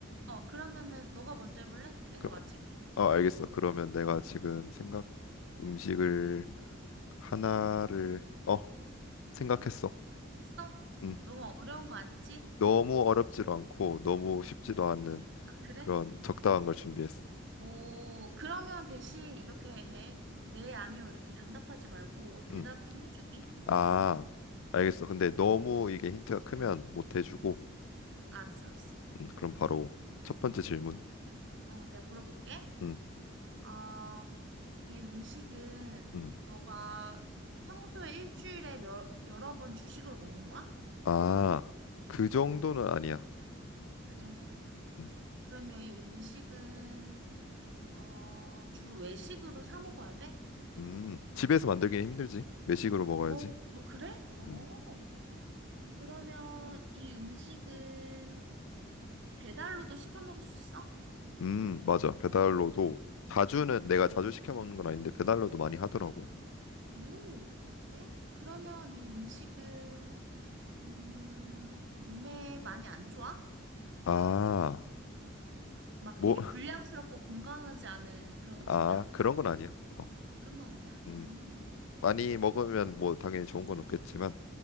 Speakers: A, on the right; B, on the left.
A: 어, 그러면은 너가 먼저 해볼래? 내가
B: 그,
A: 맞힐게.
B: 아 알겠어. 그러면 내가 지금 생각 음식을 하나를 어 생각했어.
A: 했어?
B: 음.
A: 너무 어려운 거 아니지?
B: 너무 어렵지도 않고 너무 쉽지도
A: 어.
B: 않은
A: 아, 그래?
B: 그런 적당한 걸 준비했어.
A: 오, 그러면 대신 이렇게 해. 네, 아니요. 이렇게 단답하지 말고 대답
B: 음.
A: 좀 해주기.
B: 아, 알겠어. 근데 너무 이게 힌트가 크면 못 해주고,
A: 알았어, 알았어.
B: 음, 그럼 바로 첫 번째 질문.
A: 어, 내가 물어볼게.
B: 음,
A: 어, 이 음식은
B: 음.
A: 너가 평소에 일주일에 몇, 여러 번 주식으로 먹는 거야?
B: 아, 그 정도는 아니야.
A: 그 정도는 아니야.
B: 음,
A: 그러면 이 음식은 어, 주로 외식으로 사 먹어야 돼?
B: 음. 집에서 만들기는 힘들지. 외식으로 먹어야지.
A: 어, 어, 그래? 어.
B: 음,
A: 그러면 이 음식은 배달로도 시켜 먹을 수 있어?
B: 음, 맞아. 배달로도 자주는 내가 자주 시켜 먹는 건 아닌데 배달로도 많이 하더라고.
A: 오, 그래? 그러면 이 음식은 음, 몸에 많이 안 좋아?
B: 아,
A: 막
B: 뭐,
A: 되게 불량스럽고
B: <laughs>
A: 건강하지 않은 그런 음식이야?
B: 아, 그런 건 아니야. 어,
A: 그런 건 아니야?
B: 음,
A: 음,
B: 많이 먹으면 뭐 당연히 좋은 건 없겠지만